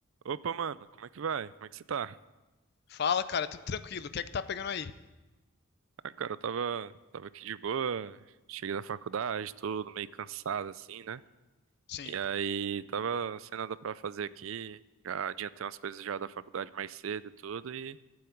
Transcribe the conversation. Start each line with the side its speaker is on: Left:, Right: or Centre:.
Right: Opa, mano, como é que vai? Como é que você tá?
Left: Fala, cara, tudo tranquilo. O que é que tá pegando aí?
Right: Ah, cara, eu tava, tava aqui de boa, cheguei da faculdade, tudo meio cansado assim, né?
Left: Sim,
Right: E aí, tava sem nada pra fazer aqui, já adiantei umas coisas já da faculdade mais cedo e tudo, e